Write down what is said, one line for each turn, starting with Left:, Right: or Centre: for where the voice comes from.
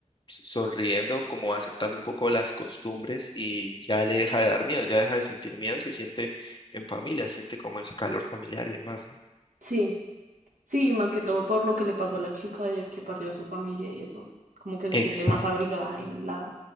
Left: s- sonriendo, como aceptando un poco las costumbres y ya le deja de dar miedo, ya deja de sentir miedo y se siente en familia, siente como ese calor familiar y demás, ¿no?
Right: Sí, sí, más que todo por lo que le pasó a la chica de que perdió a su familia y eso, como que se
Left: Exacto,
Right: siente más abrigada en la,